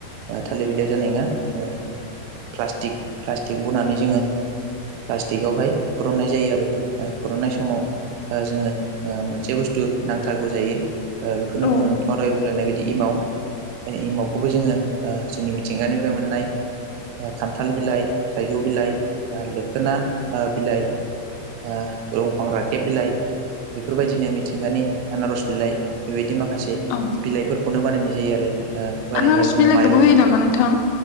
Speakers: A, on the right (about 85°); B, on the left (about 85°).
A: ओ थालिर बिलाइयाव जानाय नङा ओ प्लास्टिक प्लास्टिक बनानै जोङो। प्लास्टिकआवहाय फुरुननाय जायो आरो ओ खुर'ननाय समाव ओ जोङो ओ मोनसे बुस्थु नांथारगौ जायो ओ बेखौनो
B: औ
A: बुङो नोंथाङा दहाय बुंलांनाय बायदि इमाव बे इमावखौबो जोङो ओ जोंनि मिथिंगानिफ्राय मोननाय। ओ खान्थाल बिलाइ, थाइजौ बिलाइ, ओ लोखोना ओ बिलाइ ओ दंफां राखेब बिलाइ, बेफोरबायदिनो मिथिंगानि आनारस बिलाइ बेबायदि माखासे
B: औ
A: बिलाइफोरखौनो बानायनाय जायो आरो ओ बानायनायाव
B: आनारस
A: जोङो
B: बिलाइखौबो
A: माइरंबो
B: होयो नामा नोंथां